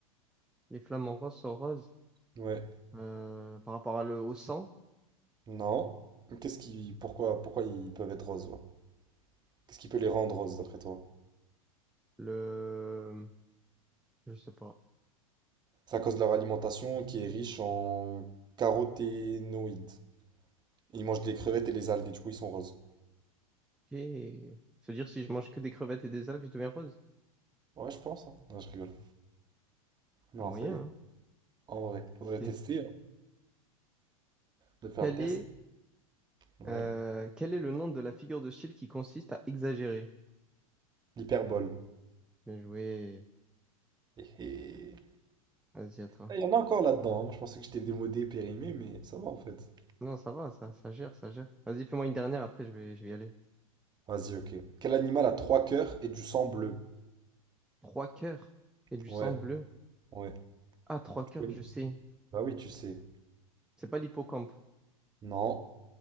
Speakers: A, in the centre; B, on the right.
A: Les flamants roses sont roses.
B: Ouais.
A: Euh, par rapport à le, au sang.
B: Non. Qu'est-ce qui, pourquoi, pourquoi ils peuvent être roses, genre? Qu'est-ce qui peut les rendre roses, d'après toi?
A: Le... Je sais pas.
B: C'est à cause de leur alimentation qui est riche en caroténoïdes. Ils mangent des crevettes et les algues, et du coup, ils sont roses.
A: Et... Se dire si je mange que des crevettes et des algues, je deviens rose?
B: Ouais, je pense, hein. Non, je rigole. Non,
A: Un moyen,
B: ça y est.
A: hein?
B: En vrai, faudrait
A: Qui sait
B: tester, hein, de faire
A: Quel
B: le test.
A: est,
B: Ouais.
A: euh, quel est le nom de la figure de style qui consiste à exagérer?
B: L'hyperbole.
A: Bien joué.
B: Hé hé.
A: Vas-y, à toi.
B: Ah, Il y en a encore là-dedans. hein. Moi, je pensais que j'étais démodé, périmé, mais ça va en fait.
A: Non, ça va, ça, ça gère, ça gère. Vas-y, fais-moi une dernière, après je vais, je vais y aller.
B: Vas-y, ok. Quel animal a trois cœurs et du sang bleu?
A: Trois cœurs et du
B: Ouais,
A: sang bleu.
B: ouais.
A: Ah, trois cœurs,
B: connais.
A: je sais.
B: Bah oui, tu sais.
A: C'est pas l'hippocampe.
B: Non.